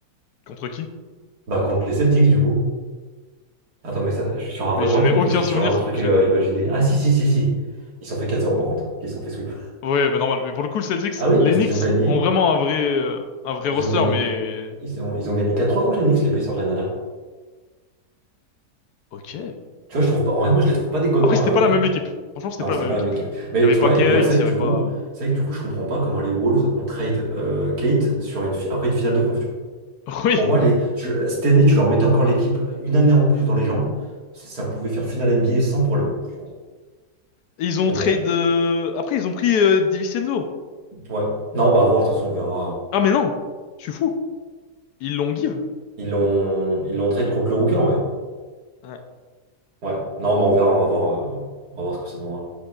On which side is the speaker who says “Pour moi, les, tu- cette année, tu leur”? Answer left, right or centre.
Right